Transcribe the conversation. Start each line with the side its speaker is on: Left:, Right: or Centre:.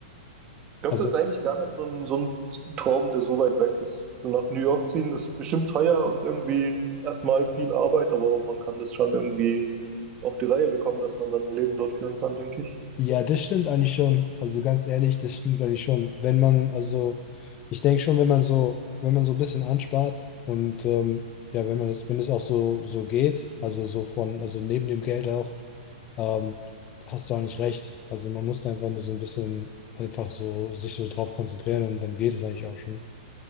Right: glaube,
Left: Also,
Right: das ist eigentlich gar nicht so ein, so ein Traum, der so weit weg ist. So nach New York ziehen ist bestimmt teuer und irgendwie erstmal viel Arbeit, aber man kann das schon irgendwie auf die Reihe bekommen, dass man dann ein Leben dort führen kann, denke ich.
Left: ja, das stimmt eigentlich schon. Also ganz ehrlich, das stimmt eigentlich schon. Wenn man, also, ich denke schon, wenn man so, wenn man so ein bisschen anspart und ähm, ja, wenn man das, wenn es auch so, so geht, also so von, also neben dem Geld auch. ähm, hast du eigentlich recht. Also man muss da einfach nur so ein bisschen einfach so sich so drauf konzentrieren und dann geht es eigentlich auch schon,